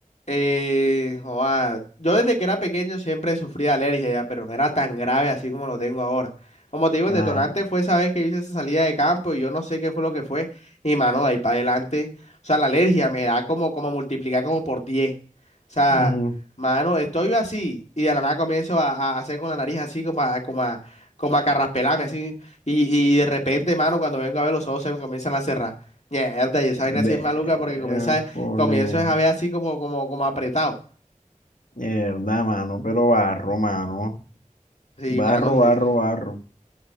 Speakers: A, on the left; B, on the left.
A: Eh, joa, yo desde que era pequeño siempre sufría alergia ya, pero no era tan grave así como lo tengo ahora. Como te digo, el
B: Ajá.
A: detonante fue esa vez que hice esa salida de campo y yo no sé qué fue lo que fue. Y mano, de ahí para adelante, o sea, la alergia me da como, como multiplicar como por diez O sea,
B: Ujú.
A: mano, estoy así y de la nada comienzo a, a hacer con la nariz así como a, como a, como a carraspelarme así. Y, y de repente, mano, cuando vengo a ver los ojos se me comienzan a cerrar. Mierda, y esa vaina así
B: Ve-
A: es maluca porque comienza
B: cole,
A: Comienzo es a ver así como, como, como apretado.
B: mierda, mano, pero barro, mano.
A: Sí,
B: Barro,
A: mano, sí.
B: barro, barro.